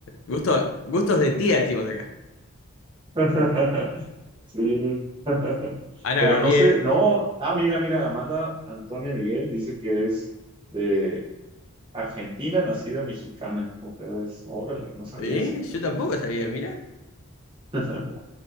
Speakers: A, on the left; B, on the right.
A: Gusto, gustos de tía, decimos acá.
B: <laughs> Sí, <laughs>
A: Ana
B: pero
A: Gabriel.
B: no sé, no, ah, mira, mira, Amanda Antonia Miguel dice que es de Argentina, nacida mexicana, o sea, es, órale, no sabía
A: ¿Eh?
B: eso.
A: Yo tampoco sabía, mira.
B: <laughs>